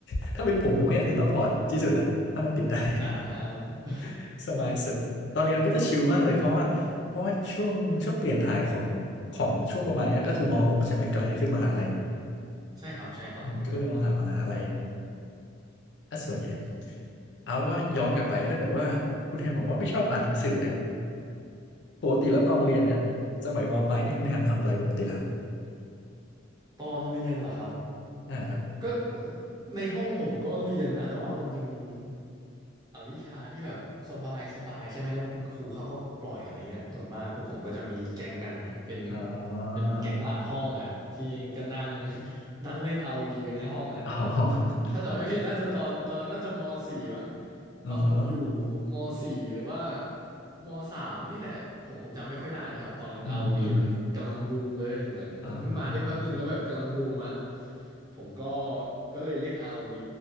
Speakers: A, on the left; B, on the right.
A: <laughs> ถ้าเป็นผมผมก็อยากติดรอบพอร์ตที่สุดละถ้ามันติดได้
B: อ่า <laughs>
A: <laughs> สบายสุดตอนเรียนมันก็จะชิลมากเลยเพราะว่าเพราะว่าช่วงช่วงเปลี่ยนถ่ายของของช่วงประมาณเนี้ยก็คือม .6 ใช่ไหมกำลังจะขึ้นมหาลัย
B: ใช่ครับใช่ครับ
A: อืมก็เลยมหามหาลัยถ้าส่วนใหญ่เอาเป็นว่าย้อนกลับไปถ้าเกิดว่าคุณแฮมบอกว่าไม่ชอบอ่านหนังสือเนี่ยปกติแล้วตอนเรียนเนี่ยสมัยมปลายนี่คุณแฮมทำอะไรปกติแล้ว
B: ตอนเรียนเหรอครับ
A: อ่าครับ
B: ก็ในห้องผมก็เรียนนะแต่ว่ามันจะมีอวิชาที่แบบสบายสบายใช่ไหมแล้วคุณครูเขาก็ปล่อยอะไรเงี้ยส่วนมากพวกผมก็จะมีแก๊งกันเป็น
A: อ๋อ
B: เป็นแก๊งหลังห้องอ่ะที่ก็นั่ง <laughs> นั่งเล่นเอาร์วีกันในห้องอ่ะตอน
A: อ๋อ
B: ถ้าจำไม่ผิดน่าจะตอนตอนนั้นน่าจะมสี่มั้ง
A: อือฮะ
B: ตอนผมอยู่มสี่หรือว่า มสามนี่แหละผมผมจำไม่ค่อยได้นะครับตอนนั้น
A: อือฮึอือฮึ
B: ROV มันกำลังบูมเลยเหมือนเหมือนเพิ่งมาได้แป๊บหนึ่งแล้วแบบกำลังบูมอ่ะ
A: อ่าฮะ
B: ผมก็ก็เลยเล่น ROV